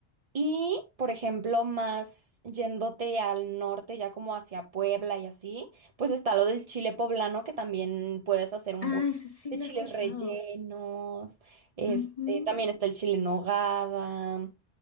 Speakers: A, on the right (about 40°); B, on the left (about 35°).
A: Y, por ejemplo, más yéndote al norte, ya como hacia Puebla y así, pues está lo del chile poblano, que también puedes hacer un
B: ah,
A: buen
B: eso sí
A: de
B: lo
A: chiles
B: he escuchado.
A: rellenos, este,
B: Ujú.
A: también está el chile en nogada.